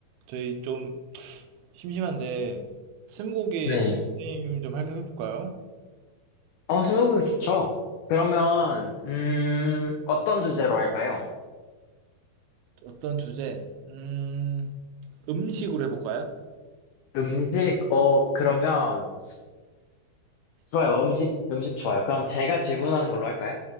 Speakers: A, on the right; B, on the left.
A: 저희 좀 심심한데 스무고개
B: 네.
A: 게임 좀 할까 해볼까요?
B: 어, 스무고개 좋죠. 그러면, 음, 어떤 주제로 할까요?
A: 어떤 주제? 음, 음식으로 해볼까요?
B: 음식, 어, 그러면, 좋아요. 음식, 음식 좋아요. 그럼 제가 질문하는 걸로 할까요?